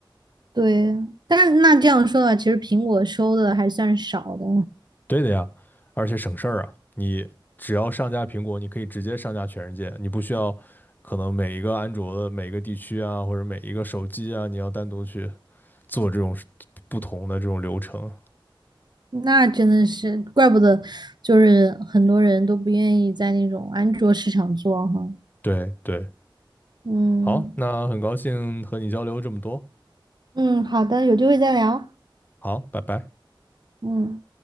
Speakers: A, on the right; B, on the left.
A: 对，但是那这样说的话，其实苹果收的还算少的，
B: 对的呀，而且省事儿啊！你只要上架苹果，你可以直接上架全世界，你不需要可能每一个安卓的每一个地区啊，或者每一个手机啊，你要单独去做这种不同的这种流程。
A: 那真的是怪不得，就是很多人都不愿意在那种安卓市场做哈。
B: 对对，
A: 嗯
B: 好，那很高兴和你交流这么多，
A: 嗯，好的，有机会再聊。
B: 好，拜拜。
A: 嗯。